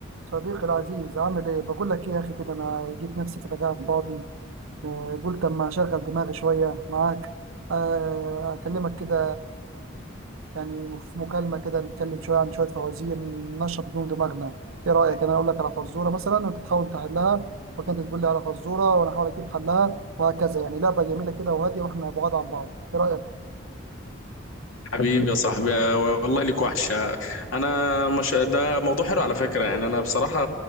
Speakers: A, on the right; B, on the left.
A: صديقي العزيز عامل ايه بقول لك ايه يا اخي كده انا جيت نفسي كده قاعد فاضي آه، قلت اما اشغل دماغي شويه معاك آه، اكلمك كده يعني في مكالمه كده نتكلم شويه عن شويه فوازير ننشط بيهم دماغنا ايه رايك انا اقول لك على فزوره مثلا وانت تحاول تحلها وكانت تقول لي على فزوره وانا احاول اجيب حلها وهكذا يعني لعبه جميله كده وهاديه واحنا بعاد عن بعض ايه رايك
B: حبيبي يا صاحبي والله ليك وحشة أنا مش ده موضوع حلو على فكرة يعني أنا بصراحة